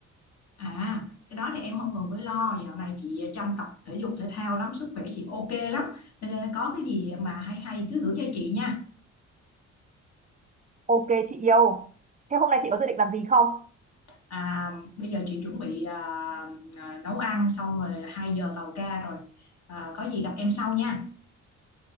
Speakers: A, on the left; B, on the right.
A: à cái đó thì em không cần phải lo dạo này chị chăm tập thể dục thể thao lắm sức khỏe chị ok lắm cho nên có cái gì mà hay hay cứ gửi cho chị nha
B: Ok chị yêu. Thế hôm nay chị có dự định làm gì không?
A: À, bây giờ chị chuẩn bị à, à, nấu ăn xong rồi 2 giờ vào ca rồi. À, có gì gặp em sau nha.